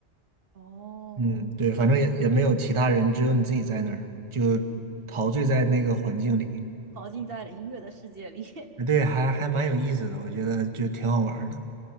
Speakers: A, on the right; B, on the right.
A: 哦
B: 嗯，对，反正也也没有其他人，只有你自己在那儿，就陶醉在那个环境里。
A: <laughs>，陶浸在了音乐的世界里。
B: 呃对，还还蛮有意思的，我觉得就挺好玩儿的。